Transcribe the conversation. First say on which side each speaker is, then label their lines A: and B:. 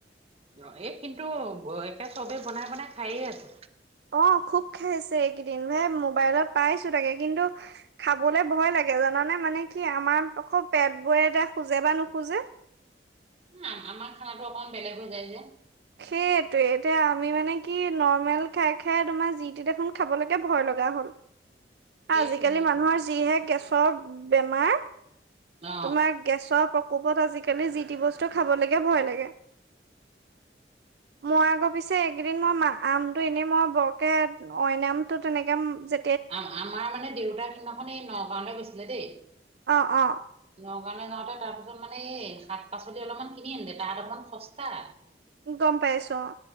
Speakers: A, on the right; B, on the right.
A: অ', এ, কিন্তু এ ব একে চ'বেই বনাই বনাই খায়ে আছে।
B: অঁ', খুব খাইছে এই কেইদিন এ, মোবাইলত পাইছোঁ তাকে কিন্তু খাবলে ভয় লাগে জানানে, মানে কি আমাৰ আকৌ পেটবোৰে এতে সোজে বা নোসোজে।
A: আ আমাৰ খানাতো অকমান বেলেগ হৈ যায় যে।
B: সেইটোৱে এতিয়া আমি মানে কি নৰ্মেল খাই খাই তোমাৰ জি টি দেখোন খাবলেকে ভয় লগা হ'ল।
A: <unintelligible> সেইটোৱে
B: আজিকালি
A: সেইটোৱে
B: মানুহৰ যিহে গেছৰ বেমাৰ।
A: অ
B: তোমাক গেছৰ প্ৰকোপত আজিকালি যি টি বস্তু খাব লেকে ভয় লাগে। মই আক' পিছে এইকেইদিন মই মা, আমটো এনে মই বৰকে অইন আমটো তেনেকে উম, যে
A: আ-আমাৰ মানে দেউতা সিদিনা খন এই নগাঁওলে গৈছিলে দেই।
B: অ অ
A: নগাঁৱলে যাওঁতে তাৰপিছত মানে এই শাক পাচলি অলপমান কিনি আনলে, তাত অকণমান সস্তা।
B: গ'ম পাইছো অঁ।